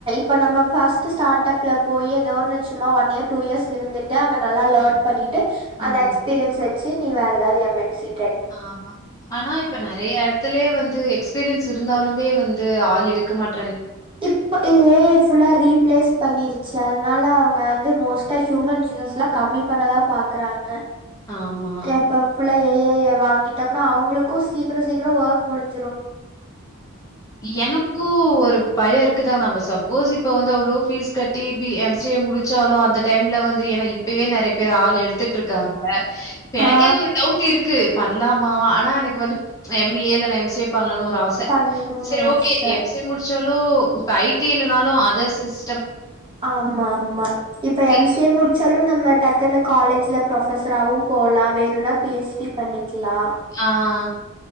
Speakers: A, on the right; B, on the left.
A: இப்போ நம்மஃபர்ஸ்ட்ஸ்டார்டப்ல போய் ஏதோன்னுச்சும்மா ஒன் இயர் டூ இயர்ஸ் இருந்துட்டு அங்க நல்லா லர்ன்
B: ஆ.
A: பண்ணிட்டு
B: ம்.
A: அந்த எக்ஸ்பீரியன்ஸ் எடு நீ வேற ஏதாவது எம் எம்ன்சி
B: ஆமா ஆனா இப்ப நெறைய இடத்துலயே வந்து எக்ஸ்பீரியன்ஸ் இருந்தாலுமே வந்து ஆள் எடுக்க மாட்
A: இப்ப ஏஐ ஃபுல்லா ரீப்ளேஸ் பண்ணிருச்சு அதனால அவுங்க வந்து மோஸ்ட் ஹியூமன் ரிசோர்ஸ் எலாம் கம்மி பண்ணதான் பாக்குறாங்க
B: ஆமா
A: இப்ப ஃபுல்லா ஏஐ யை வாங்கிட்டோம்னா அவுங்கக்கும் சீக்கிரம் சீக்கிரம் ஒர்க் முடிஞ்
B: எனக்கு ஒரு பயம் இருக்குதான் நம்ம சப்போஸ் இப்ப வந்து அவ்வளோ பபீஸ் கட்டி எம்சிஏ முடிச்சளோ அந்த டைம்ல வந்து ஏன்னா இப்பவே நெறைய பேர் ஆள் எடுத்துட்டு இருக்காங்க இப்ப எனக்கே
A: ஆ
B: ஒரு டவுட் இருக்கு பண்ணலாமா ஆனா எனக்கு வந்து எம்பிஏ இல்ல எம்சிஏ பண்ணனும் ஆச
A: பண்ணணும்னு
B: சரி ஓகே
A: ஆச
B: எம்சிஎ முடிச்சு தாலு இப்ப ஐடி இல்னாலும அதர் சிஸ்
A: ஆமா ஆமா இப்ப எம்சிஏ
B: இன்
A: முடிச்சாலும் நம்ம டக்குனு காலேஜில பிரொஃபஸராவும் போல வேணும்னா பிஹெச்டி பண்ணிக்கலாம்
B: ஆஹ்